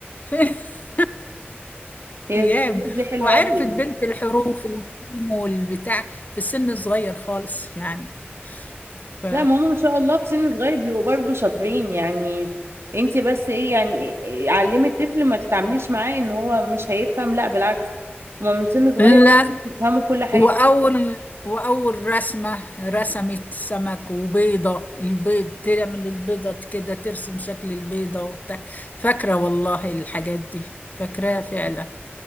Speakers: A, on the left; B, on the right.
A: <laughs>
B: هي
A: ايام
B: الذكريات دي حلوة
A: وعرفت
B: قوي
A: بنت الحروف الجيم والبتاع في السن صغير خالص يعني ف
B: لا ما هم ما شاء الله في سن صغير بيبقوا برضه شاطرين يعني انت بس ايه يعني إيه- علمي الطفل ما تتعامليش معاه ان هو مش هيفهم لا بالعكس هما من سن صغير
A: لا
B: يفهموا كل حاجة
A: واول واول رسمه رسمت سمك وبيضه البيض تعمل البيضه كده ترسم شكل البيضه وبتاع فاكره والله الحاجات دي فاكراها فعلا